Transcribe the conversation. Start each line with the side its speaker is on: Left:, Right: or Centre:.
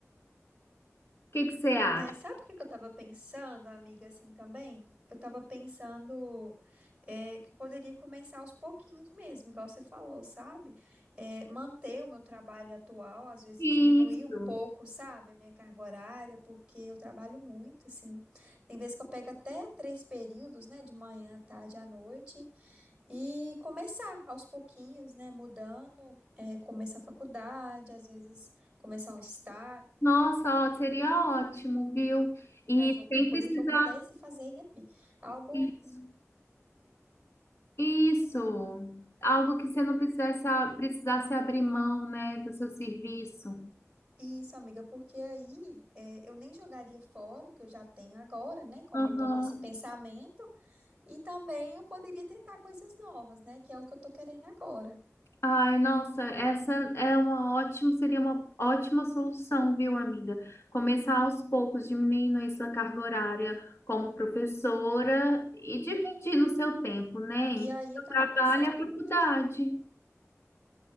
Left: que que você acha?
Right: É, sabe o que que eu tava pensando, amiga, assim também? Eu tava pensando é, que eu poderia começar aos pouquinhos mesmo, igual você falou, sabe? É, manter o meu trabalho atual, às vezes
Left: Isso.
Right: diminuir um pouco, sabe, a minha carga horária, porque eu trabalho muito, assim. Tem vezes que eu pego até três períodos, né, de manhã, tarde, à noite, e começar aos pouquinhos, né, mudando, é, começar a faculdade, às vezes começar um estágio
Left: Nossa, ó, seria ótimo, viu? E
Right: colégio, alguma
Left: sem
Right: coisa
Left: precisar.
Right: que eu pudesse fazer em ETB. Algo.
Left: Isso. Isso. Algo que você não precisasse, precisasse abrir mão, né, do seu serviço.
Right: Isso, amiga, porque aí é, eu nem jogaria fora o que eu já tenho agora, né? Como
Left: Aham.
Right: eu tô com esse pensamento, e também eu poderia tentar coisas novas, né? Que é o que eu tô querendo agora.
Left: Ai, nossa, essa é uma ótima, seria uma ótima solução, viu, amiga? Começar aos poucos, diminuindo aí sua carga horária como professora e dividindo o seu tempo, né, entre
Right: E aí
Left: o
Right: eu tava
Left: trabalho
Right: pensando.
Left: e a faculdade,